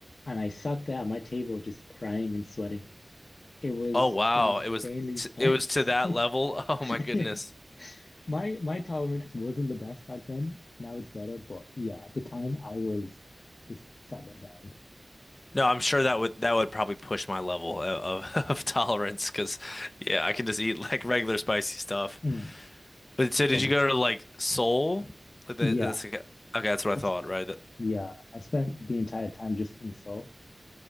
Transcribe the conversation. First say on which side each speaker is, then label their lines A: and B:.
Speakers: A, on the left; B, on the left.
A: and I sat there at my table just crying and sweating. It was
B: Oh wow,
A: insanely
B: it was t
A: <laughs> spicy.
B: it was to that level.
A: <laughs>
B: <laughs> Oh my goodness.
A: Yeah. My my tolerance wasn't the best back then. Now it's better, but yeah, at the time I was just sat there dying.
B: No, I'm sure
A: But,
B: that would that would probably push my level of, of, <laughs> of tolerance because yeah, I can just eat like regular spicy stuff.
A: mm,
B: But so did
A: but bes-
B: you go to like Seoul? Like the,
A: yeah,
B: that's, like, okay, that's what I
A: I
B: thought,
A: s-
B: right? That
A: yeah, I spent the entire time just in Seoul.